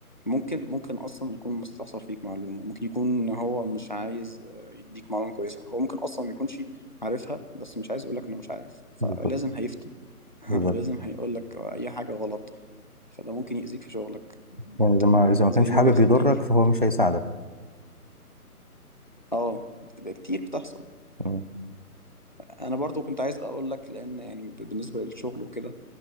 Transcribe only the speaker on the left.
ممكن ممكن اصلا يكون مستخسر فيك معلومه ممكن يكون هو مش عايز آه، يديك معلومه كويسه هو ممكن اصلا ما يكونش عارفها بس مش عايز يقولك انه مش عارف فلازم
هيفتي <laughs>
لازم هيقولك اي حاجه غلط فده ممكن يأذيك في شغلك
تمام
زي
ما بيحصل
كتير
اه كده كتير بتحصل
انا برضو كنت عايز اقولك لان يعني ب- بالنسبه للشغل وكده